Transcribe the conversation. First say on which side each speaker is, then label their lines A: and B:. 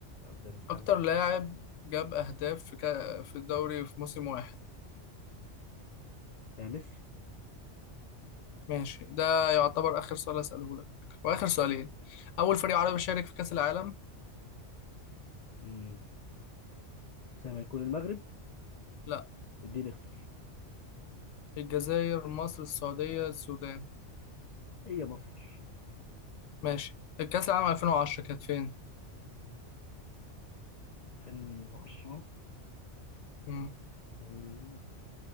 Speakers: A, on the left (about 70°); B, on the left (about 90°).
A: زي مستحمزة
B: أكتر لاعب
A: كده
B: جاب أهداف في كا... في الدوري في موسم واحد
A: يا مصر
B: ماشي ده يعتبر آخر سؤال أسأله لك وآخر سؤالين أول فريق عربي شارك في كأس العالم
A: امم زي ما يكون المغرب
B: لا
A: اديني اختار
B: الجزائر مصر السعودية السودان
A: هي مصر
B: ماشي الكأس العالم 2010 كانت فين
A: 2010
B: مم.
A: امم